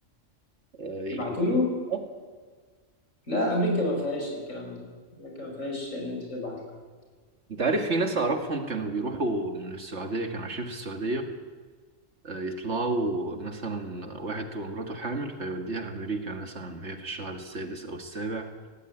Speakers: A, on the right; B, on the left.
A: آه، ي-
B: يبعتوا له
A: آه.
B: لا أمريكا ما فيهاش الكلام ده أمريكا ما فيهاش إن أنت تبعت لها
A: انت عارف في ناس اعرفهم كانوا بيروحوا من السعودية كانوا عايشين في السعودية آه، يطلعوا مثلا واحد تبقى مراته حامل فيوديها امريكا مثلا وهي في الشهر السادس او السابع